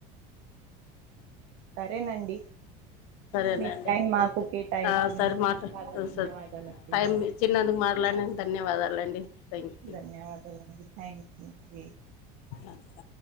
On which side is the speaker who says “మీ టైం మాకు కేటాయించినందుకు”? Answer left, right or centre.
Right